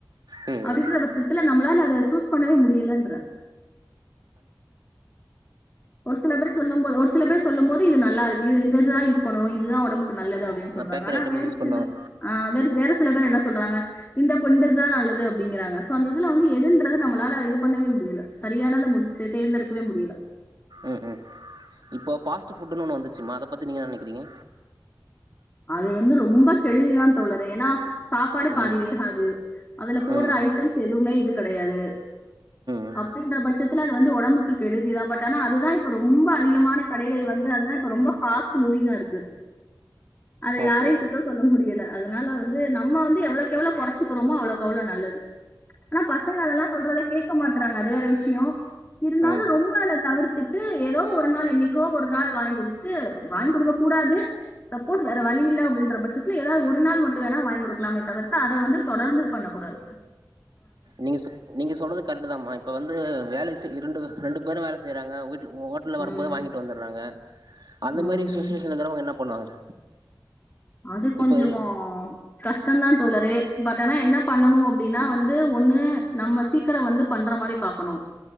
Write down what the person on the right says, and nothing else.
ம்
ம்
கண்டிப்பா
பேக்கரி
ஐட்டம்ஸ்
யூஸ் பண்ணுவாங்க
ம் ம் இப்போ பாஸ்புட்டுன்னு ஒண்ணு வந்துச்சுமா அத பத்தி நீங்க என்ன நினைக்கிறீங்க
ம்
ம்
ம்
ஓகே
ஓகே
ம்
நீங்க சொ நீங்க சொல்றது கரெக்ட்டு தமா இப்ப வந்து வேலை செ இரண்டு ரெண்டுப் பேரு வேலை செய்யறாங்க வீட்ல ஹோட்டல வரும்போது
வாங்கிட்டு வந்துடுறாங்க அந்த
மாரி ஸுஸ்சுவேஷன்லகிரவங்க என்னப் பண்ணுவாங்க
இப்ப இரு